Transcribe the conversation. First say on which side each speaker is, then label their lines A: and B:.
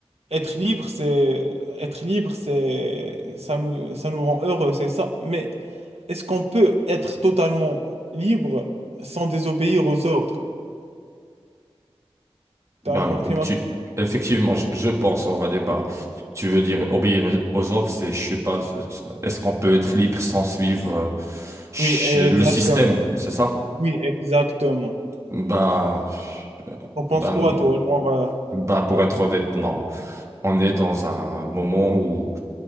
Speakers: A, on the right; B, on the right.
A: être libre, c'est être libre, c'est ça nous ça nous rend heureux, c'est ça. Mais est-ce qu'on peut être totalement libre sans désobéir aux ordres? T'as
B: Ben,
A: compris ma
B: tu,
A: question?
B: effectivement, je, je pense, on va dire, bah, tu veux dire obéir aux ordres, c'est, je sais pas, c'est- c'est- est-ce qu'on peut être libre sans suivre euh, ch-
A: Oui, exactement.
B: le système, c'est ça?
A: Oui, exactement.
B: Ben, euh,
A: On pense
B: ben,
A: quoi, toi? Genre, euh,
B: Bah, pour être honnête, non. On est dans un moment où,